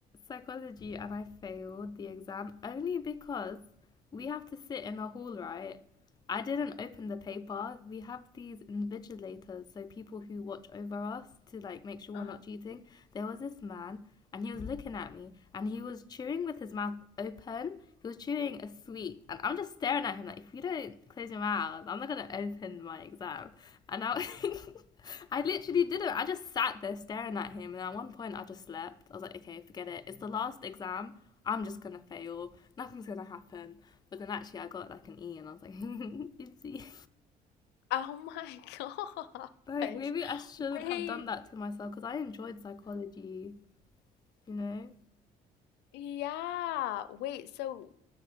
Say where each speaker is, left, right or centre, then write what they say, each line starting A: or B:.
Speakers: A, on the left; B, on the left.
A: psychology and I failed the exam only because we have to sit in a hall, right? I didn't open the paper. We have these invigilators, so people who watch over us to like make sure
B: uh-huh.
A: we're not cheating. There was this man and he was looking at me and he was chewing with his mouth open he was chewing a sweet, and I'm just staring at him like, if you don't close your mouth, I'm not gonna open my exam. And I, <laughs> I literally didn't. I just sat there staring at him, and at one point I just slept. I was like, okay, forget it. It's the last exam. I'm just gonna fail. Nothing's gonna happen. But then actually, I got like an E, and I was like, <laughs> oopsie.
B: Oh my <laughs>
A: Like
B: gosh.
A: maybe I shouldn't
B: Wait,
A: have done that to myself because I enjoyed psychology. You know,
B: yeah. Wait, so